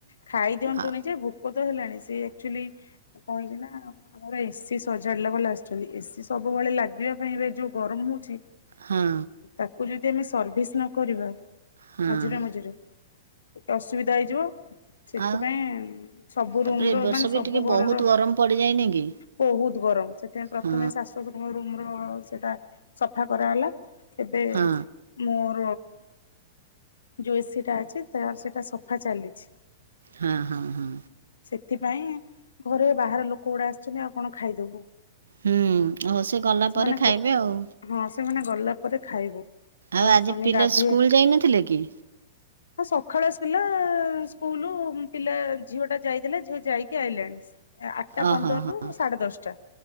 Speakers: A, on the left; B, on the right.
A: ଖାଇ ଦିଅନ୍ତୁଣି
B: ଆ
A: ଯେ ଭୋକ ହେଲାଣି ସେ ଆକଚୁଆଲି କଣ ହେଇଛି ନା ଆମର ଏସି ସଜାଡିଲା ବାଲା ଆସିଛନ୍ତି ଏସିି ସବୁବେଳେ ଲାଗିବା ପାଇଁ ଏ ଯୋଉ ଗରମ ହଉଚି
B: ହଁ
A: ତାକୁ ଯ ଦି ଆମେ ସର୍ଭିସ୍ ନ କରିବା
B: ହଁ
A: ମଝିରେ ମଝିରେ ଟିକେ ଅସୁବିଧା ହେଇଯିବ। ସେଥିପାଇଁ
B: ଆଉ
A: ସବୁ
B: ତାପରେ
A: ରୁମ୍ ର
B: ଏ ବର୍ଷ
A: ମାନେ
B: ବି
A: ସବୁ
B: ଟିକେ
A: ଘରର
B: ବହୁତ ଗରମ ପଡ଼ିଯାଇନି କି?
A: ବହୁତ ଗରମ ସେଥିପାଇଁ ପ୍ରଥମେ
B: ହଁ
A: ଶାଶୁ ଶଶୁର ଙ୍କ ରୁମ୍ ହଁ ସେଟା ସଫା କରାଗଲା। ଏବେ
B: ହଁ
A: ମୁଁ ଓ ଯୋଉ ଏସି ଟା ଅଛି ତ ସେଇଟା ସଫା ଚାଲିଚି।
B: ହଁ ହଁ।
A: ସେଥିପାଇଁ ଘରେ ବାହାର ଲୋକ ଗୁଡା ଆସିଛନ୍ତି ଆଉ କଣ ଖାଇଦବୁ।
B: ହୁଁ ଆଉ ସେ ଗଲା
A: ସେମାନେ
B: ପରେ ଖାଇବେ
A: ଗ
B: ଆଉ।
A: ହଁ ସେମାନେ ଗଲା ପରେ ଖାଇବୁ।
B: ଆଉ ଆଜି
A: ସ୍ୱାମୀ
B: ପିଲା
A: ଗାଧେ
B: ସ୍କୁଲ ଯାଇନଥିଲେକି?
A: ହଁ ସକାଳୁ ଆସିଲା ସ୍କୁଲ ପିଲା ଝିଅ ଟା ଯାଇଥିଲା ଝିଅ ଯାଇକି ଆଇଲାଣି। ଆଠଟା
B: ଅହୋ
A: ପନ୍ଦରରୁ
B: ହ
A: ସାଢେ ଦଶଟା